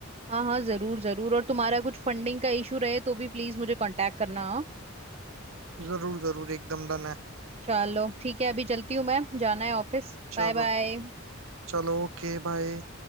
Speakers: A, on the right (about 30°); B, on the right (about 70°).
A: हाँ हाँ जरूर जरूर और तुम्हारा कुछ फंडिंग का इशू रहे तो भी प्लीज मुझे कांटेक्ट करना हाँ?
B: जरूर जरूर एकदम डन है
A: चलो ठीक है अभी चलती हूँ मैं जाना है ऑफिस बाय
B: चलो
A: बाय
B: चलो ओके बाय